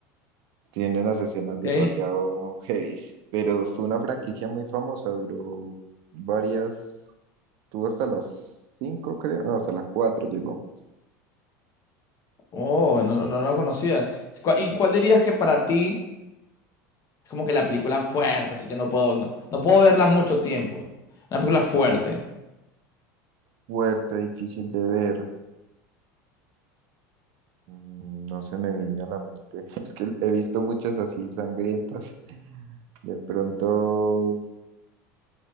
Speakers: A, on the right; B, on the left.
A: tiene las escenas
B: Ok.
A: demasiado heavy, pero fue una franquicia muy famosa, duró varias, tuvo hasta las cinco creo, no, hasta las cuatro llegó.
B: Oh, no, no no lo conocía. ¿Cuál- ¿Y cuál dirías que para ti es como que la película fuerte, así que no puedo, no, no puedo verla mucho tiempo? Una película fuerte.
A: Fuerte, difícil de ver, Mm, no se me viene a la mente, <laughs> es que he visto muchas así sangrientas. De pronto